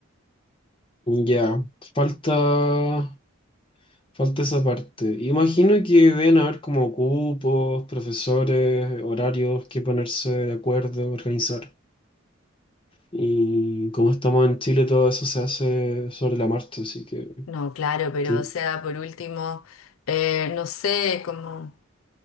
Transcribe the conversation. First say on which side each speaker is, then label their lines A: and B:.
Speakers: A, on the left; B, on the left.
A: ya. Falta... Falta esa parte. Imagino que deben haber como cupos, profesores, horarios que ponerse de acuerdo, organizar. Y como estamos en Chile, todo eso se hace sobre la marcha, así que...
B: No, claro, pero
A: ti-
B: o sea, por último, eh, no sé, como...